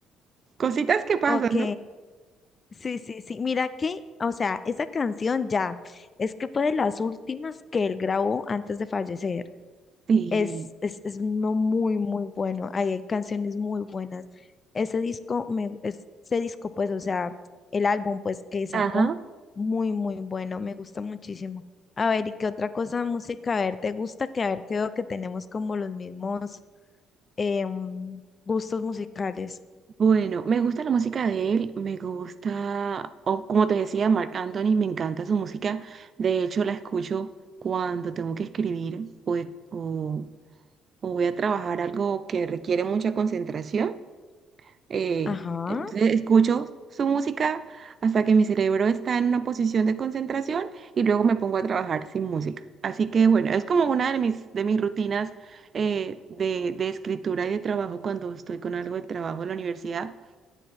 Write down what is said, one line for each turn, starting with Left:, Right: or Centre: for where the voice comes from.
Right: Cositas que pasan,
Left: Ok.
Right: ¿no?
Left: Sí, sí, sí. Mira que, o sea, esa canción ya es que fue de las últimas que él grabó antes de fallecer.
Right: Sí.
Left: Es, es, es uno muy, muy bueno. Ahí hay canciones muy buenas. Ese disco, me, es- ese disco, pues, o sea, el álbum, pues, que sacó,
Right: Ajá.
Left: muy, muy bueno. Me gusta muchísimo. A ver, ¿y qué otra cosa de música? A ver, ¿te gusta? Que a ver, creo que tenemos como los mismos em, gustos musicales.
Right: Bueno, me gusta la música de él, me gusta, o como te decía, Mark Anthony, me encanta su música. De hecho, la escucho cuando tengo que escribir o, o o voy a trabajar algo que requiere mucha concentración. Eh,
Left: Ajá.
Right: entonces escucho su música hasta que mi cerebro está en una posición de concentración y luego me pongo a trabajar sin música. Así que bueno, es como una de mis, de mis rutinas eh, de, de escritura y de trabajo cuando estoy con algo del trabajo de la universidad.